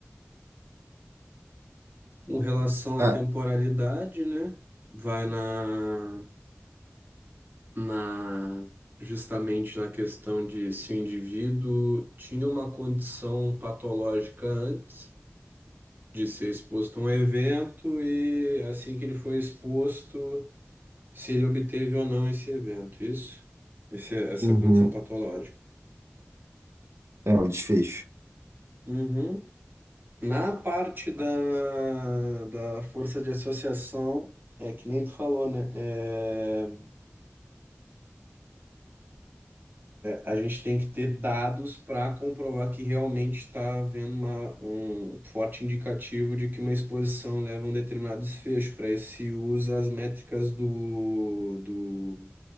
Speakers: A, on the right; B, on the right.
A: com relação à
B: Ah,
A: temporalidade, né? Vai na na justamente na questão de se o indivíduo tinha uma condição patológica antes de ser exposto a um evento e assim que ele foi exposto, se ele obteve ou não esse evento, isso? Esse, essa
B: uhum,
A: condição patológica.
B: é o desfecho.
A: Uhum. Na parte da, da força de associação, é que nem tu falou, né? É, A gente tem que ter dados para comprovar que realmente está havendo uma- um forte indicativo de que uma exposição leva a um determinado desfecho. Para isso se usa as métricas do, do